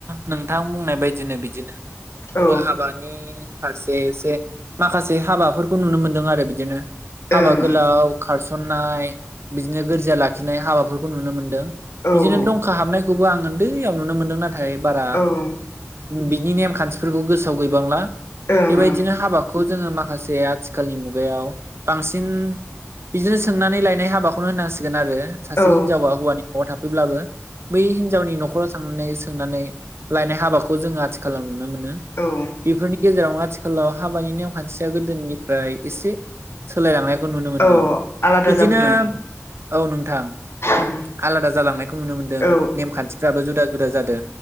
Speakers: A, on the right (about 55°); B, on the left (about 55°).
A: नोंथां बुंनाय बायदिनो बिदिनो
B: औ
A: आंबो हाबानि फारसे एसे माखासे हाबाफोरखौ नुनो मोनदों आरो बिदिनो हाबा
B: ओं
A: गोलाव खारसन्नाय बिदिनो गोरजिया लाखिनाय हाबाफोरखौ नुनो मोनदों।
B: ओं
A: बिदिनो दं खौबो आं उन्दैयाव नुनो मोनदों नाथाय बारा
B: औ ओं
A: बिनि नेम खान्थिफोरखौ गोसोआव गैबांला
B: ओं
A: बेबायदिनो हाबाखौ खौ जोंङो माखासे आथिखालनि मुगायाव बांसिन इदिनो सोंनानै लायनाय हाबाखौनो होननांसिगोन आरो सासे
B: औ
A: हिनजावा हौवानि न'आव थाफैब्लाबो बै हिनजावनि न'खराव। थांनानै सोंनानै लायनाय हाबाखौ जोंङो आथिखालाव नुनो मोनो
B: ओं
A: बेफोरनि गेजेरावनो आथि खालाव हाबानि नेम खान्थिया गोदोनिफ्राय इसे सोलायलांनायखौ नुनो मोनदों
B: औ आलादा
A: इदिनोब
B: जाबोदों
A: औ नोंथां
B: ओं
A: आलादा जालांनायखौ नुनो मोन्दों
B: औ
A: नेमखान्थिफ्राबो जुदा जुदा जादो।